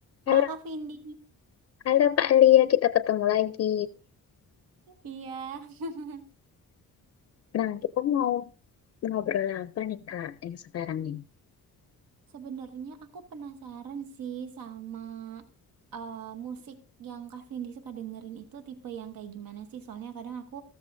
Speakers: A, on the left (about 45°); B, on the right (about 75°).
A: Halo,
B: Halo Kak Vindi.
A: halo Kak Lia, kita ketemu lagi.
B: Iya. <laughs>
A: Nah, kita mau ngobrol apa nih Kak yang sekarang nih?
B: Sebenarnya aku penasaran sih sama eh, musik yang Kak Vindi suka dengerin itu tipe yang kayak gimana sih? Soalnya kadang aku